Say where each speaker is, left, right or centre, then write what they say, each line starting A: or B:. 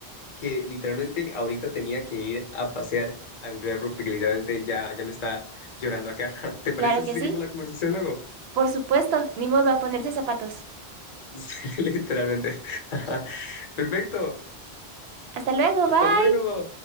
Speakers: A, on the left (about 45°); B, on the right (about 75°).
A: que literalmente ahorita tenía que ir a pasear a mi perro porque literalmente ya, ya me está llorando acá. <laughs> ¿Te parece
B: claro que
A: si seguimos
B: sí.
A: la conversación luego? <laughs>
B: Por supuesto, ni modo a ponerse zapatos.
A: Sí, literalmente. <laughs> Perfecto.
B: Hasta luego,
A: Hasta
B: bye.
A: luego.